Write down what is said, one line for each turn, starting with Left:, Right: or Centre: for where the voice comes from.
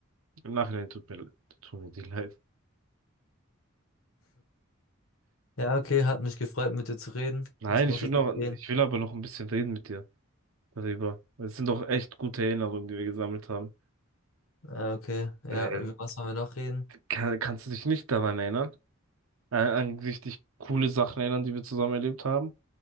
Right: Im Nachhinein tut mir, tut mir die leid.
Left: Ja, okay, hat mich gefreut, mit dir zu reden.
Right: Nein,
Left: Ich muss
Right: ich will
Left: jetzt
Right: noch,
Left: auch gehen.
Right: ich will aber noch ein bisschen reden mit dir darüber. Es sind doch echt gute Erinnerungen, die wir gesammelt haben.
Left: Ja, okay. Ja,
Right: Äh,
Left: über was wollen wir noch reden?
Right: kann, kannst du dich nicht daran erinnern? Äh, an richtig coole Sachen erinnern, die wir zusammen erlebt haben?